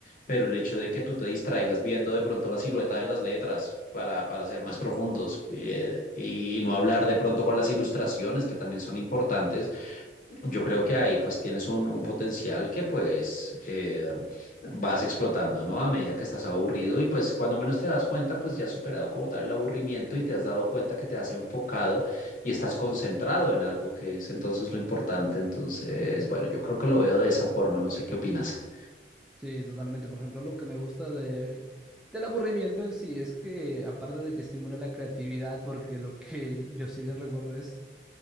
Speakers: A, on the left (about 45°); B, in the centre.
A: pero el hecho de que tú te distraigas viendo de pronto la silueta de las letras para, para ser más profundos eh, y y no hablar de pronto con las ilustraciones que también son importantes yo creo que ahí pues tienes un, un potencial que pues eh, vas explotando, ¿no? A medida que estás aburrido y pues cuando menos te das cuenta pues ya has superado como tal el aburrimiento y te has dado cuenta que te has enfocado y estás concentrado en algo que es entonces lo importante. Entonces, bueno, yo creo que lo veo de esa forma, no sé qué opinas.
B: Sí, totalmente. Por ejemplo, algo que me gusta de, del aburrimiento en sí es que, aparte de que estimula la creatividad, porque lo que <laughs> yo sí bien recuerdo es,